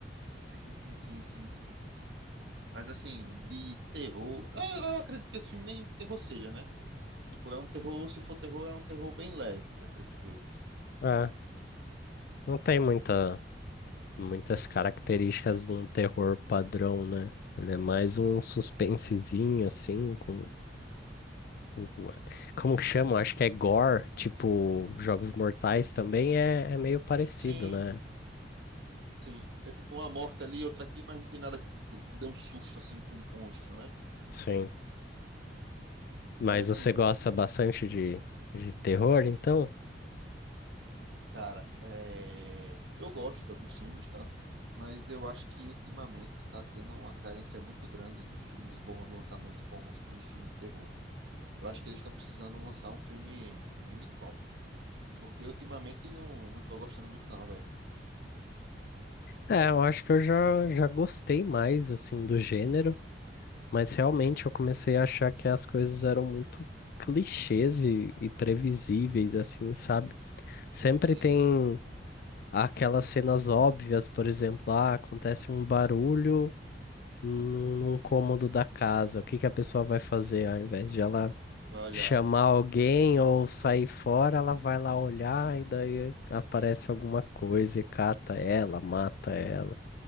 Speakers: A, on the right (about 75°); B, on the left (about 55°).
A: Sim, sim, sim, sim. Mas assim, de terror. Eu, eu acredito que esse filme nem terror seja, né? Tipo, é um terror, se for terror, é um terror bem leve, acredito eu.
B: É, não tem muita. muitas características de um terror padrão, né? Ele é mais um suspensezinho, assim, com... com- Como que chama? Acho que é gore, tipo, Jogos Mortais também é, é meio parecido,
A: Sim,
B: né?
A: sim. É tipo uma morte ali, outra aqui, mas não tem nada que, tipo, te dê um susto assim com um monstro, né?
B: Sim. Mas
A: Mas assim,
B: você gosta bastante de, de terror, então?
A: cara, é... eu gosto de alguns filmes, tá? Mas eu acho que ultimamente tá tendo uma carência muito grande de filmes bons, lançamentos bons de filme de terror. Eu acho que eles estão precisando lançar um filme, um filme top. Porque ultimamente não, não tô gostando muito, não, velho.
B: É, eu acho que eu já, já gostei mais, assim, do gênero, mas realmente eu comecei a achar que as coisas eram muito clichês e, e previsíveis, assim, sabe? Sempre
A: Sim,
B: tem
A: sim.
B: aquelas cenas óbvias, por exemplo, ah, acontece um barulho num num cômodo da casa, o que que a pessoa vai fazer? Ao invés de ela
A: Vai olhar.
B: chamar alguém ou sair fora, ela vai lá olhar e daí aparece alguma coisa e cata ela, mata ela.